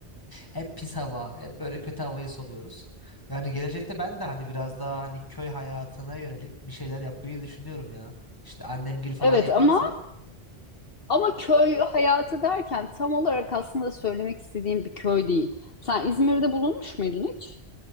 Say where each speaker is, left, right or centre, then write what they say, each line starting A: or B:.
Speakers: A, on the left (about 20°); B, on the left (about 60°).
A: Hep pis hava, hep böyle kötü havayı soluyoruz. Yani gelecekte ben de hani biraz daha hani köy hayatına yönelik bir şeyler yapmayı düşünüyorum ya. İşte annemgil falan
B: Evet
A: yaparsa
B: ama Ama köy hayatı derken tam olarak aslında söylemek istediğim bir köy değil. Sen İzmir'de bulunmuş muydun hiç?